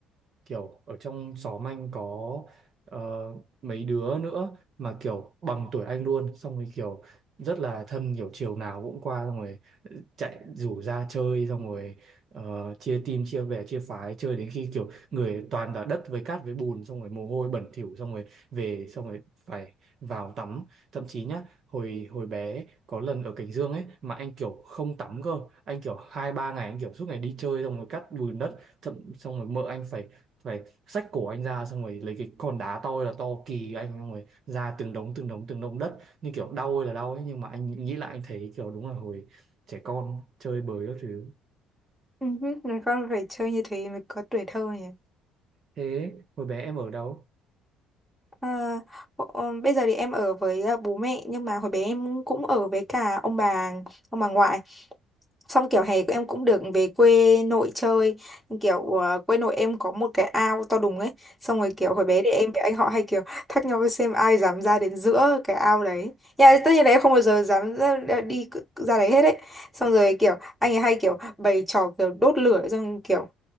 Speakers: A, on the right (about 45°); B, in the centre.
A: kiểu ở trong xóm anh có ờ, mấy đứa nữa mà kiểu bằng tuổi anh luôn xong rồi kiểu rất là thân kiểu chiều nào cũng qua xong rồi ờ, chạy rủ ra chơi xong rồi ờ, chia team chia bè chia phái chơi đến khi kiểu người toàn là đất với cát với bùn xong rồi mồ hôi bẩn thỉu xong rồi về xong rồi phải vào tắm thậm chí nhá hồi hồi bé có lần ở Cảnh Dương ấy mà anh kiểu không tắm cơ anh kiểu hai ba ngày anh kiểu suốt ngày đi chơi xong rồi cắt bùn đất thậm xong rồi mợ anh phải phải xách cổ anh ra xong rồi lấy cái con đá to ơi là to kỳ anh xong rồi ra từng đống từng đống từng đống đất như kiểu đau ơi là đau ấy nhưng mà anh nghĩ lại anh thấy kiểu đúng là hồi trẻ con chơi bời các thứ
B: Ừ, người con phải chơi như thế mới có tuổi thơ nhỉ.
A: thế hồi bé em ở đâu
B: À, hộ- ờ, bây giờ thì em ở với à, bố mẹ nhưng mà hồi bé em cũng ở với cả ông bà ông bà ngoại Xong kiểu hè em cũng được về quê nội chơi Nhưng Kiểu ờ, quê nội em có một cái ao to đùng ấy Xong rồi kiểu hồi bé thì em với anh họ hay kiểu thách nhau xem ai dám ra đến giữa cái ao đấy Nhà tất nhiên là em không bao giờ dám ra, ra- đi c- ra đấy hết ấy Xong rồi kiểu anh ấy hay kiểu bày trò kiểu đốt lửa Xong kiểu